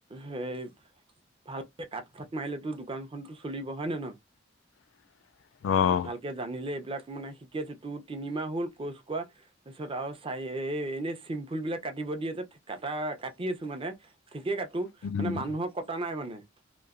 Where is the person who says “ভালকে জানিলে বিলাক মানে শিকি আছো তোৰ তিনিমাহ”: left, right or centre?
Right